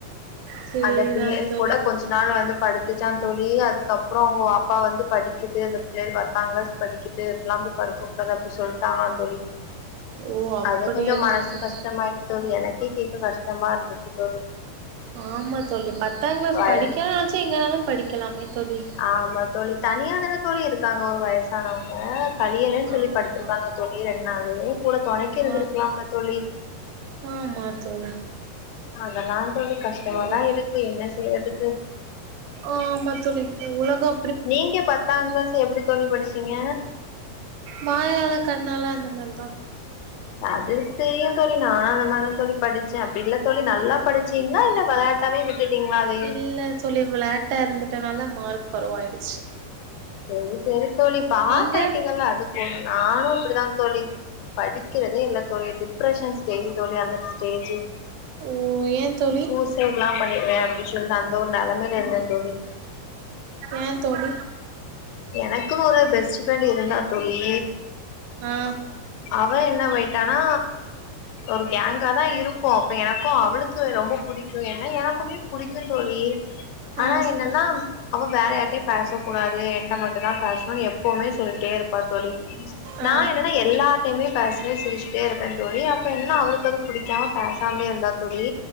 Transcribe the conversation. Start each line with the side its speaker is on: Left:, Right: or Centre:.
Right: சேரிதா
Left: அந்த பிள்ளைள்
Right: தோழி
Left: கூட கொஞ்சு நாள் வந்து படுத்துச்சா தோழி அது கப்றவ் ஆ அப்பா வந்து படிக்குது அந்த பிள்ளைள் பத்தாந்க்ளாஸ் படிக்குது இப்லாம்போய் படுக்கு அத் அப்டி சொல்ட்டாங்ளா தோழி
Right: ஓ அப்படியா
Left: அது கொஞ்சும் மனசு
Right: தோழி
Left: கஷ்டமாய் தோழி எனக்கே கேட்க கஷ்டமா இருந்துச்சு தோழி
Right: ஆமா தோழி பத்தா கிளாஸ்
Left: வயல்
Right: படிக்கனாச்சு எங்கனாலு படிக்கலாமே தோழி
Left: ஆமா தோழி தனியா தான தோழி இருக்காங்க ஒரு வயசானவங்க <unintelligible> இல்லன்னு சொல்லி
Right: ஆமா
Left: படுத்திருக்காங்க தோழிரெண்டு நாளு கூட தொணைக்கு இருந்திருக்கலாம்ல
Right: ஆ
Left: தோழி
Right: ஆமா தோழி
Left: அதெல்லா தோழி
Right: என்னவோ
Left: கஷ்டமாதா இருக்கு என்ன செய்யறதுக்கு
Right: ஆமா தோழி இந்த உலக
Left: நீங்க பத்தா கிளாஸ் எப்டி தோழி படிச்சீங்க
Right: வாயால கண்ணால அந்த மாரிதா
Left: அது தெரியும் தோழி நானு அந்த மாரி தா தோழி படிச் ச்ச அப்டி இல்ல தோழி நல்லா படிச்சீங்களா இல்ல வெளையாட்டாவே வி விட்டுடிங்களாவே
Right: இல்ல தோழி விளாட்டா இருந்துட்டனால மார்க் கொரவாயிடுச்சு
Left: செரி செரி தோழி பாஸ்
Right: நீங்க
Left: ஆயிட்டீங்கல்ல அது போதும் நானு அப்டிதா தோழி படிக்கிறதே இல்ல தோழி டிப்ரஷன் ஸ்டேஜ் தோழி அந்த ஸ்டேஜ்
Right: ஓ ஏ தோழி
Left: சூசைட் எல்லா பண்ணிடுவேன் அப்டின்னு சொல்லி அந்த ஒரு நெலைமையில இருந்தே தோழி
Right: ஏன் தோழி
Left: எனக்கு ஒரு பெஸ்ட் ப்ரெண்ட் இருந்தா தோழி
Right: ஆ
Left: அவ என்னவாயிட்டானா ஒரு கேங்கா தா இருப்போம் அப்ப எனக்கு அவளுக்கு ரொம்ப புடிக்கும் என்ன எனக்குமே புடிக்கும் தோழி
Right: ஆ
Left: ஆனா என்னன்னா அவ வேற யாரிட்டையு பேச கூடாது நீ என்ட்ட மட்டும் தா பேசணும் எப்பவுமே சொல்லிட்டே இருப்பா தோழி
Right: ஆ
Left: நா எ நா எல்லார்டையுமே பேசுவே சிரிச்சுட்டே இருப்பே தோழி அப்ப என்ன அவளுக்கு அது புடிக்காம பேசாமே இருந்தா தோழி